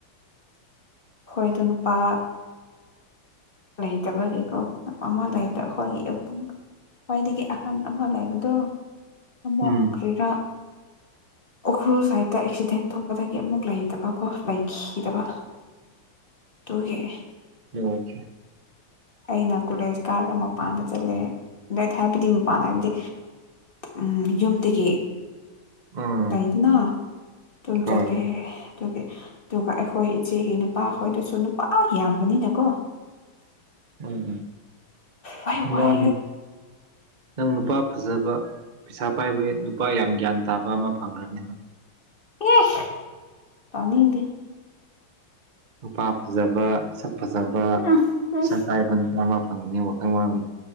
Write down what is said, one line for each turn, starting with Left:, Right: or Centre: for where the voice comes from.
Left: ꯍꯣꯏꯗꯣ ꯅꯨꯄꯥ ꯂꯩꯇꯕꯒꯤꯀꯣ ꯑꯃ ꯂꯩꯕꯗ ꯑꯩꯈꯣꯏꯒꯤꯕꯨꯡ ꯈ꯭ꯋꯥꯏꯗꯒꯤ ꯑꯍꯟ ꯑꯃ ꯂꯩꯕꯗꯣ ꯑꯃꯨꯛ
Right: ꯎꯝ
Left: ꯀꯔꯤꯔꯥꯛ ꯎꯈ꯭ꯔꯨꯜ ꯁꯥꯏꯠꯇ ꯑꯦꯛꯁꯤꯗꯦꯟ ꯊꯣꯛꯄꯗꯒꯤ ꯑꯃꯨꯛ ꯂꯩꯇꯕꯀꯣ ꯂꯩꯈꯤ ꯀꯗꯕ ꯇꯨꯡ ꯍꯦ
Right: ꯌꫭꯒꯤ
Left: ꯑꯩꯅ ꯀꯣꯂꯦꯖ ꯀꯥꯔꯒ ꯃꯄꯥꯟꯗ ꯆꯠꯂꯦ ꯑꯗ ꯍꯥꯏꯕꯗꯤ ꯃꯄꯥꯟꯗ ꯍꯥꯏꯕꯗꯤ ꯎ ꯌꯨꯝꯗꯒꯤ
Right: ꯎꯝ
Left: ꯂꯩꯗꯅ ꯁꯨꯝ
Right: ꯍꯣꯏ
Left: ꯆꯠꯂꯦ ꯑꯗꯨ ꯑꯗꯨꯒ ꯑꯩꯈꯣꯏ ꯏꯆꯦꯒꯤ ꯅꯨꯄꯥꯍꯣꯏꯗꯁꯨ ꯅꯨꯄꯥ ꯌꯥꯝꯕꯅꯤꯅꯀꯣ
Right: ꯎꯝ
Left: ꯋꯥꯏ ꯋꯥꯏ
Right: ꯃꯥ ꯅꯪ ꯅꯨꯄꯥ ꯐꯖꯕ ꯄꯩꯁꯥ ꯄꯥꯏꯕꯒꯤ ꯅꯨꯄꯥ ꯌꯥꯝ ꯒ꯭ꯌꯥꯟ ꯇꯥꯕ ꯑꯃ ꯐꯪꯂꯈꯅꯤ ꯅꯪ
Left: ꯌꯦꯁ ꯇꯅꯤꯗꯤꯦ
Right: ꯅꯨꯄꯥ ꯐꯖꯕ ꯁꯛ ꯐꯖꯕ
Left: ꯎꯝ ꯎꯝ
Right: ꯁ ꯀꯥꯏꯕꯅ ꯃꯥ ꯑꯃ ꯐꯪꯒꯅꯤ ꯋꯥꯈꯪ ꯋꯥꯜ